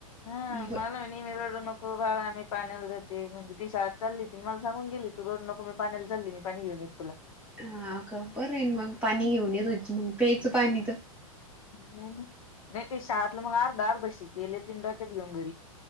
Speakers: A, on the left (about 70°); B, in the centre.
A: हा
B: ब
A: मला म न् एर नको बाळा मी पाण्याला जाती ती शाळा चालली ती मला सांगून गेली तू रोड नको म पाण्याला चालली मी पाणी युनिक तुला.
B: हा ख बर आहे मग पाणी घेऊन येतोयच मग प्यायचं पाणी तर
A: हम्म. नाही ते शाळातलं मग अर्धा अर्धा बशी गेले तीन डाक्यात घेऊन घरी